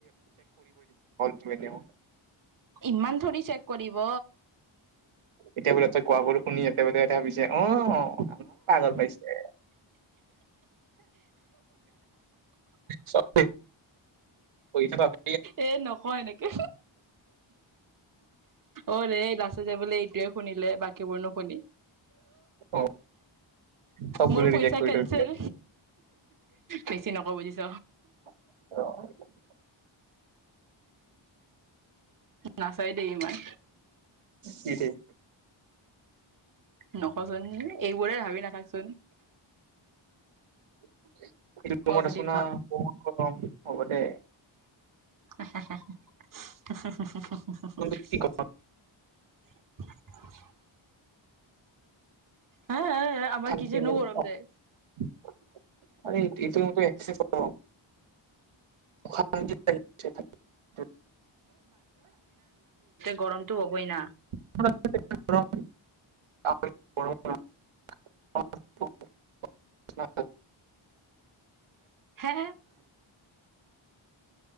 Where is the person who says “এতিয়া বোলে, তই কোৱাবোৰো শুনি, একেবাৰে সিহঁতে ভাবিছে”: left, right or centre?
Right